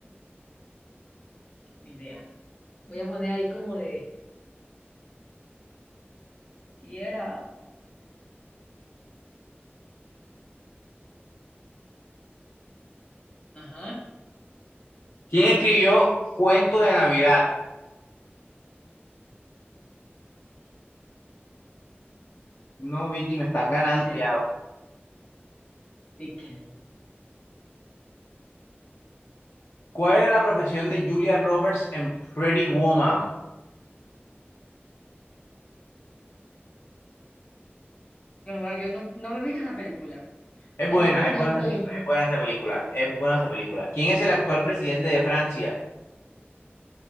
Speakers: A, on the left; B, on the left.
A: No, ni idea. Voy a poner ahí como de. Si era. Ajá.
B: ¿Quién escribió
A: ¿Quién es?
B: Cuento de Navidad? No, Vicky, me estás ganando
A: No no sé.
B: ya.
A: Dickens.
B: ¿Cuál era la profesión de Julia Roberts en Pretty Woman?
A: Yo no, yo no, no me he visto esa película.
B: Es
A: Sé
B: buena,
A: que es con
B: es
A: este.
B: buena esa película, es buena esa película, es buena esa película. ¿Quién es el actual presidente de Francia?